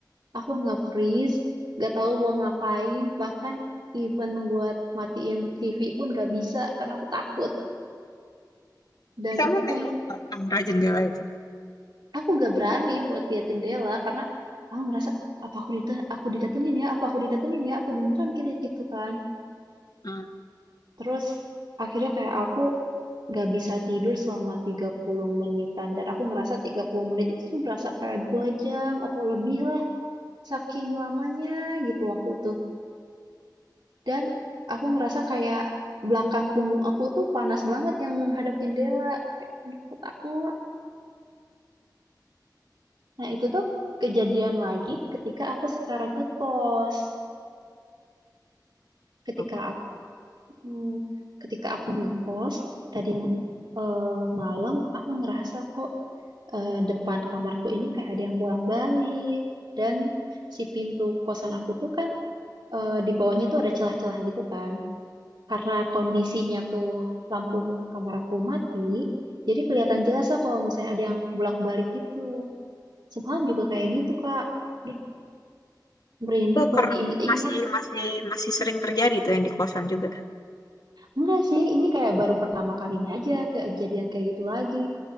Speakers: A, on the right (about 75°); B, on the left (about 55°).
A: Aku nggak freeze, nggak tahu mau ngapain. Bahkan even buat matiin TV pun nggak bisa karena aku takut. Dan
B: Kamu
A: itu
B: nengok
A: kayak
B: nggak ke arah jendela itu?
A: aku nggak berani buat lihat jendela karena aku ngerasa apa aku dita aku didatengin ya, apa aku didatengin ya, apa beneran kita gitu kan.
B: Hmm.
A: Terus akhirnya kayak aku gak bisa tidur selama 30 menitan. Dan aku ngerasa 30 menit itu tuh berasa kayak dua jam atau lebih lah. Saking lamanya gitu waktu itu. Dan aku ngerasa kayak belakang punggung aku tuh panas banget yang menghadap jendela. Kayak, Aduh, aku takut. Nah, itu tuh kejadian lagi ketika aku sekarang ngekos. Ketika
B: Oke.
A: aku, hmm, ketika aku ngekos, tadi eh, malam aku ngerasa kok eh, depan kamarku ini kayak ada yang bolak-balik dan si pintu kosan aku tuh kan eh, di bawahnya tuh ada celah-celah gitu kan. Karena kondisinya tuh lampu ma- kamar aku mati, jadi kelihatan jelas lah kalau misalnya ada yang bolak-balik gitu. Semalam juga kayak gitu, Kak. Duh, merinding
B: Itu
A: kalau
B: ker
A: diinget-inget.
B: masih masih masih sering terjadi tuh yang di kosan juga.
A: Enggak sih, ini kayak baru pertama kalinya aja kejadian kayak gitu lagi.